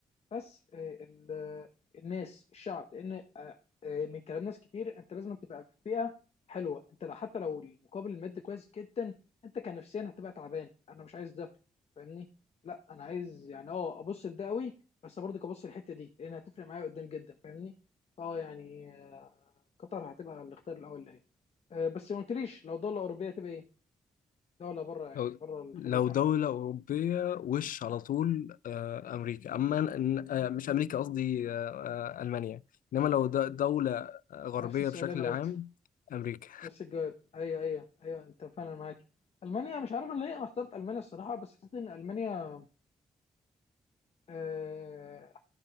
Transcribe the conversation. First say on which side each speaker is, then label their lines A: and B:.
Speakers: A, on the left (about 45°); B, on the left (about 70°).
A: بس آه، ال- آه، الناس الشعب لان آه، آه، من كلام ناس كتير انت لازم تبقى في بيئه حلوه انت لو حتى لو المقابل المادي كويس جدا انت كنفسيا هتبقى تعبان انا مش عايز ده فاهمني لا انا عايز يعني اه ابص لده قوي بس برضه ابص للحته دي لان هتفرق معايا قدام جدا فاهمني اه يعني آه، قطر هتبقى الاختيار الاول ليا آه، بس ما قلتليش لو دوله اوروبيه هتبقى ايه لا ولا بره يعني
B: لو
A: بره الخليج
B: لو
A: عامة
B: دوله اوروبيه وش على طول آه امريكا اما إن- آه مش امريكا قصدي آه آه المانيا انما لو د- دوله غربيه
A: نفس السؤال
B: بشكل
A: اللي انا قلته
B: عام امريكا
A: نفس الجواب ايوه ايوه ايوه انت فعلا معاك المانيا مش عارف أنا ليه انا اخترت المانيا الصراحة بس حسيت ان المانيا آه،